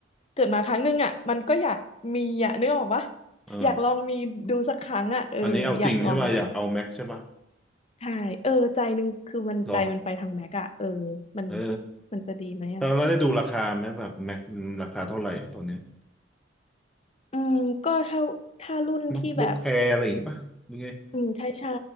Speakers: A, on the left; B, in the centre.
A: เกิดมาครั้งหนึงอ่ะมันก็อยากมีอ่ะนึกออกปะ
B: เออ
A: อยากลองมีดูสักครั้งอ่ะเอออยากลองดู
B: อันนี้เอาจริงใช่ป่ะ อยากเอา Mac ใช่ป่ะ
A: ใช่เออใจหนึงคือมันใจมันไปทางแม็กอะเออ
B: เหรอ
A: มัน
B: เออ
A: มันจะดีไหมอะ
B: แต่เราได้ดูราคาไหมแบบ Mac ราคาเท่าไหร่ตอนเนี้ย
A: อืมก็ถ้าถ้ารุ่นที่แบบ
B: MacBook Air อะไรอย่างงี้ป่ะยังไง
A: อืมใช่ใช่